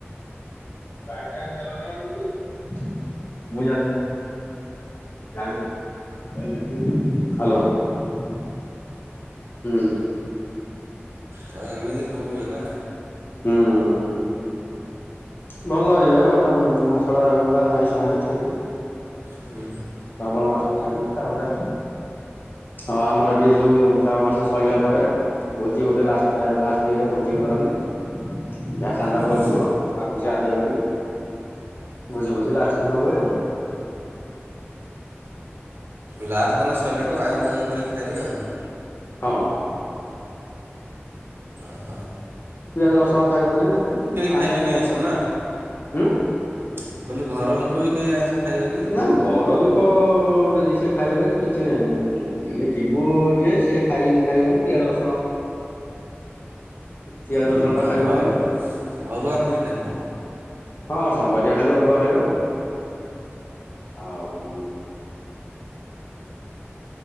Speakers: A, on the left; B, on the right.
A: ମୁଁ ଜାଣିନି ଜାଣିନି ଯାଉନୁ ଦେଖିବୁ। ହ୍ୟାଲୋ ହୁଁ।
B: ତ ଏମିତି ସବୁ ହୁଏ ନା?
A: ହୁଁ ଭଲ ଏୟା ଗୋଟେ ମାସଟା ଜାକ ପୁରା ଆଇଁଷ ଫାଇଁଷ ଛାଡ଼ିବୁ।
B: ହୁଁ
A: ଶ୍ରାବଣ ମାସଟାରେ ଛାଡ଼ିବୁ ତାପରେ ହଁ ଆମର ଏଠି ସବୁ ଶ୍ରାବଣ ମାସ ସଇଲା ପରେ ଭୋଜି ଗୋଟେ ଲାଷ୍ଟ୍ ତା ଲାଷ୍ଟ୍ ଇଏରେ ଭୋଜି କର ନି ଯାହା ଚାନ୍ଦା
B: ଓହୋ
A: ବଳିଥିବ ଆଉ କିଛି ଆଦାୟ କରିକି ଭୋଜି ବୋଜି ଲାଷ୍ଟ ଦିନ ହୁଏ ଆଉ।
B: ଲାଷ୍ଟ୍ ଦିନ ସଇଲାଠୁ ଆଇଁଷ ଆଗି କରିକି ଖାଇବେ ଆଉ।
A: ହଁ।
B: ଅହ।
A: ପିଆଜ ରସୁଣ ଖାଇବୁନି ଉଁ
B: ଖାଇବେନି
A: ଆ
B: ଆଇଁଷ ନା
A: ହୁଁ?
B: ମୁଁ କହିଲି ଘର ଲୋକ ବି କେହି ଆଇଁଷ ଖାଇବେନି।
A: ନାଁ ଘର ଲୋକ ଯଦି ସିଏ ଖାଇବେ କିଛି ନାହିଁ। ହୁଁ ଆଉ ଯିଏ ଯିବୁ ଯିଏ ସିଏ ଖାଇନି ଖାଇବନି ପିଆଜ ରସୁଣ ପିଆଜ
B: ଖାଲ୍
A: ରସୁଣଟା
B: ଅରୁଆ
A: ଖାଇବନି
B: ଆଉ ଅରୁଆ ଖାଲି ଖାଇବ।
A: ହଁ ସୋମବାରିଆ ଖାଲି ଅରୁଆ ଖାଇବ। ଆଉ